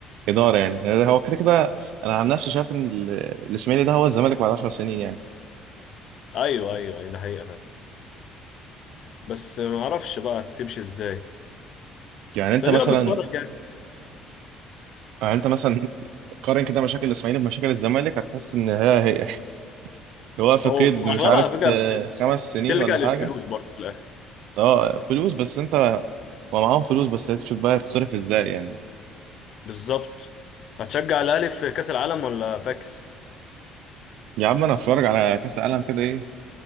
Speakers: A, on the right (about 70°); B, on the left (about 45°).
A: إدارة يعني يعني هو كده كده أنا عن نفسي شايف إن ال- الإسماعيلي ده هو الزمالك بعد 10 سنين يعني
B: ايوه ايوه أيوة، ده حقيقة بس ما اعرفش بقى تمشي ازاي
A: يعني
B: بس
A: أنت
B: ادينا
A: مثلا
B: بنتفرج يعني
A: يعني انت مثلا قارن كده مشاكل الاسماعيلي بمشاكل الزمالك هتحس ان هي هي <laughs> هو في
B: او
A: قيد مش
B: اغلبها
A: عارف
B: على فكرة
A: آه،
B: بت-
A: خمس سنين
B: بتلجأ
A: ولا
B: للفلوس
A: حاجه
B: برضو في الاخر
A: اه فلوس بس انت هو معاهم فلوس بس هي تشوف بقى هتصرف ازاي يعني
B: بالظبط هتشجع الاهلي في كاس العالم ولا فاكس
A: يا عم انا هتفرج على كاس العالم كده ايه